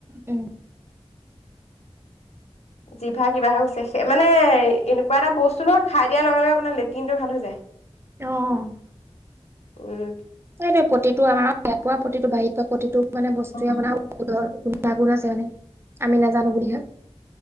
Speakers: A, on the right; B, on the left.
A: উম।
B: জিভা কিবা হৈ হৈছে স মানে এনেকুৱা এটা বস্তু ন খাই দিয়াৰ লগে -লগে আপোনাৰ লেট্ৰিনটো ভাল হৈ যায়।
A: অ'
B: উম।
A: তাই প্ৰতিটো আমাৰ এপুৱা প্ৰতিটো বাহিৰত পোৱা প্ৰতিটো। মানে বস্তুৱে
B: উম
A: আপোনাৰ ঔষধৰ। <unintelligible> আছে মানে আমি নাজানো
B: উম-
A: বুলিহে